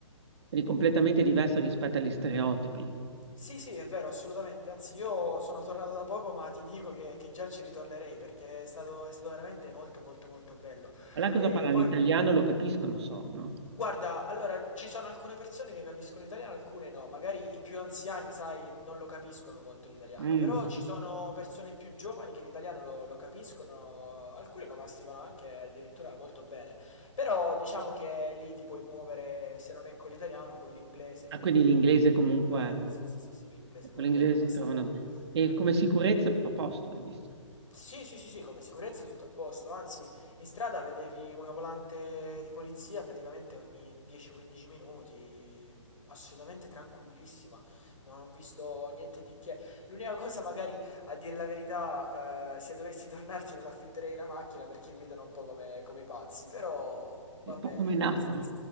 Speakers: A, on the right; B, on the left.
A: quindi completamente diversa rispetto agli stereotipi.
B: Sì, sì, è vero, assolutamente. Anzi, io sono tornato da poco, ma ti dico che, che già ci ritornerei perché è stato, è stato veramente molto, molto, molto bello.
A: E là cosa
B: E
A: parlano?
B: poi.
A: L'italiano lo capiscono, so, no?
B: Guarda, allora ci sono alcune persone che capiscono italiano, alcune no. Magari i più anziani, sai, non lo capiscono molto l'italiano,
A: Mm.
B: però ci sono persone più giovani che l'italiano lo, lo capiscono, alcuni lo masticano anche addirittura molto bene. Però diciamo che lì ti puoi muovere, se non è con l'italiano, con l'inglese, quindi
A: Ah, quindi l'inglese
B: ti trovi
A: comunque,
B: bene. Sì, sì, sì, sì, l'inglese
A: con
B: è molto
A: l'inglese
B: masticato.
A: si trovano... E come sicurezza, a posto, hai visto?
B: Sì, sì, sì, sì, come sicurezza tutto a posto, anzi in strada vedevi una volante di polizia praticamente ogni 10-15 minuti, mm, assolutamente tranquillissima, non ho visto niente di che. L'unica cosa magari, a dire la verità, eh, se dovessi <laughs> tornarci non affitterei la macchina perché guidano un po' come, come i pazzi, però va
A: È un
B: bene,
A: po' come
B: <laughs>
A: Napoli.
B: nel senso.